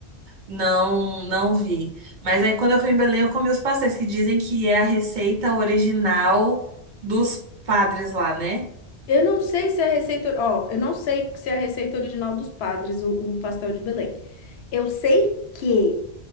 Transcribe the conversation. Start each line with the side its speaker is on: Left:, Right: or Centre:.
Right: não, não vi. Mas aí quando eu fui em Belém, eu comi os pastéis que dizem que é a receita original dos padres lá, né?
Left: Eu não sei se é a receita, ó, eu não sei se é a receita original dos padres, o, o pastel de Belém. Eu sei que